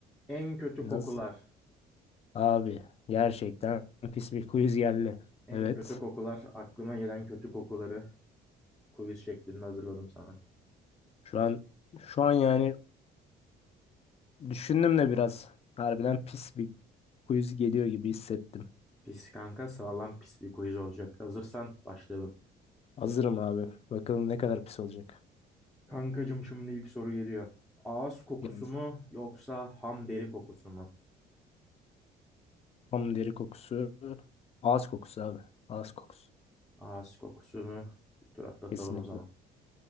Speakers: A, in the centre; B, on the left (about 35°).
A: En kötü
B: Nasıl?
A: kokular.
B: Abi gerçekten pis bir quiz geldi.
A: En
B: Evet.
A: kötü kokular. Aklıma gelen kötü kokuları quiz şeklinde hazırladım sana.
B: Şu an şu an yani düşündüm de biraz. Harbiden pis bir quiz geliyor gibi hissettim.
A: Pis kanka sağlam pis bir quiz olacak. Hazırsan başlayalım.
B: Hazırım abi. Bakalım ne kadar pis olacak.
A: Kankacım şimdi ilk soru geliyor. Ağız kokusu
B: Gel.
A: mu yoksa ham deri kokusu mu?
B: Ham deri kokusu. Ağız kokusu abi. Ağız kokusu.
A: Ağız kokusunu bir tur atlatalım
B: Kesinlikle.
A: o zaman.